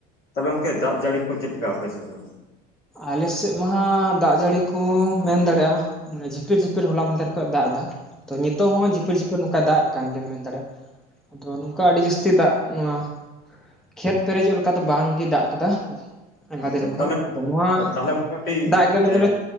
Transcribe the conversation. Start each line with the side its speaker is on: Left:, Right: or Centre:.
Left: ᱛᱟᱦᱚᱸᱞᱮ ᱜᱚᱝᱠᱮ ᱫᱟᱜ ᱡᱟᱹᱲᱤ ᱠᱚ ᱪᱮᱫ ᱞᱮᱠᱟ ᱟᱯᱮᱥᱮᱜ ᱫᱚ?
Centre: ᱟᱞᱮᱥᱮᱜ ᱢᱟ ᱦᱟᱸᱜ ᱫᱟᱜ ᱡᱟᱹᱲᱤ ᱠᱚ ᱢᱮᱱ ᱫᱟᱲᱮᱭᱟᱜᱼᱟ ᱡᱷᱤᱯᱤᱨ ᱡᱷᱤᱯᱤᱨ ᱦᱚᱞᱟ ᱢᱟᱫᱷᱮᱨ ᱫᱟᱜ ᱮᱫᱟ ᱛᱚ ᱱᱤᱛᱚᱜ ᱦᱚᱸ ᱡᱷᱤᱯᱤᱨ ᱡᱷᱤᱯᱤ ᱱᱚᱝᱠᱟ ᱫᱟᱜ ᱮ ᱠᱟᱱ ᱜᱮᱭᱟᱢ ᱢᱮᱱ ᱫᱟᱲᱮᱭᱟᱜᱼᱟ ᱟᱫᱚ ᱱᱚᱝᱠᱟ ᱟᱹᱰᱤ ᱡᱟᱹᱥᱛᱤ ᱫᱟᱜ ᱱᱚᱣᱟ ᱠᱷᱮᱛ ᱯᱮᱨᱮᱡᱚᱜ ᱞᱮᱠᱟ ᱫᱚ ᱵᱟᱝ ᱜᱮ ᱫᱟᱜ ᱠᱟᱫᱟ ᱟᱭᱢᱟ
Left: ᱟᱪᱪᱷᱟ
Centre: ᱫᱤᱱ ᱠᱷᱚᱡ
Left: ᱛᱟᱦᱚᱞᱮ
Centre: ᱱᱚᱣᱟ
Left: ᱛᱟᱦᱚᱞᱮ ᱢᱚᱴᱟᱢᱩᱴᱤ
Centre: ᱫᱟᱜ ᱜᱮ ᱟᱞᱮ
Left: ᱮᱸ
Centre: ᱫᱚᱞᱮ